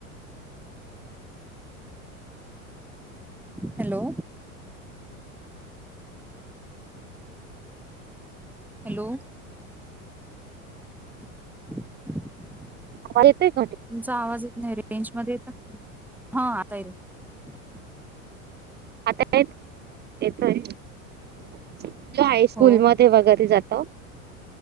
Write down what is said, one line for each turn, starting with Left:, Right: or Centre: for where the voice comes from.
Centre: हॅलो... हॅलो... <inaudible>
Right: <inaudible>
Centre: तुमचा आवाज येत नाही. रेंज मध्ये येता का तुम्ही? आता येतोय.
Right: आता येत येतोय येतोय हायस्कूल
Centre: हो हो
Right: मध्ये वगैरे जात